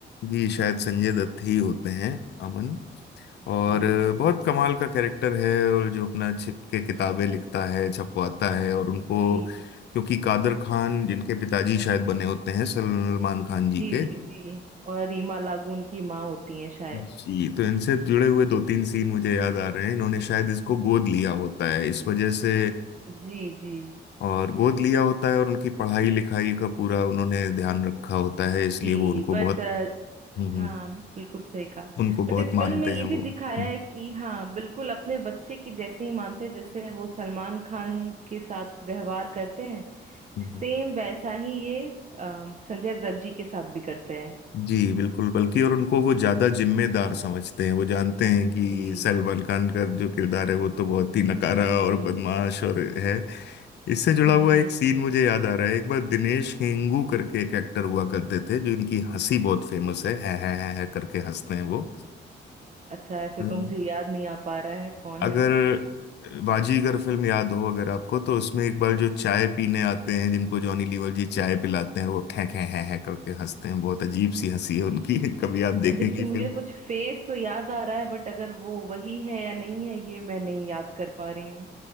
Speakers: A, on the left; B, on the right.
A: जी शायद संजय दत्त ही होते हैं अमन
B: जी
A: और बहुत कमाल का कैरेक्टर है और जो अपना छिप के किताबें लिखता है छपवाता है और उनको
B: जी
A: क्योंकि कादर खान जिनके पिताजी शायद बने होते हैं सलमान खान जी
B: जी
A: के
B: जी जी और रीमा लागू उनकी माँ होती है शायद
A: जी तो इनसे जुड़े हुए दो तीन सीन मुझे याद आ रहे हैं इन्होंने शायद इसको गोद लिया होता है इस वजह से
B: जी जी
A: और गोद लिया होता है और उनकी पढ़ाई लिखाई का पूरा उन्होंने ध्यान रखा होता है इसलिए
B: जी
A: वो उनको
B: बट
A: बहुत हम्म
B: हाँ
A: हम्म,
B: बिल्कुल सही कहा
A: उनको
B: बट
A: बहुत
B: इस
A: मानते
B: फिल्म में ये
A: हैं वो
B: भी दिखाया
A: हम्म,
B: है कि हाँ बिल्कुल अपने बच्चे की जैसे ही मानते हैं, जैसे वो सलमान खान के साथ व्यवहार करते हैं
A: हम्म,
B: सेम वैसा ही ये अ, संजय दत्त जी के साथ भी करते हैं
A: जी बिल्कुल बल्कि और उनको वो ज्यादा जिम्मेदार समझते हैं वो जानते हैं कि
B: जी
A: सलमान खान का जो किरदार है वो तो बहुत ही नकारा
B: जी
A: और
B: जी
A: बदमाश और है इससे जुड़ा
B: जी
A: हुआ एक सीन मुझे याद आ रहा है एक बार दिनेश हेंगू करके एक एक्टर हुआ करते थे जो इनकी हंसी बहुत फेमस है है है है, है करके हंसते हैं वो
B: अच्छा ऐसे
A: <laughs>
B: तो मुझे याद नहीं आ पा रहा है कौन
A: अगर
B: है वो
A: बाजीगर फिल्म याद हो अगर आपको तो उसमें एक बार जो चाय पीने आते हैं जिनको जॉनी लीवर जी चाय पिलाते हैं वो खे खे हैं हैं करके हंसते हैं बहुत अजीब सी हंसी है उनकी <laughs> कभी आप देखेंगी
B: देखिए मुझे
A: फिल्म
B: कुछ फेस तो याद आ रहा है बट अगर वो वही है या नहीं है ये मैं नहीं याद कर पा रही हूँ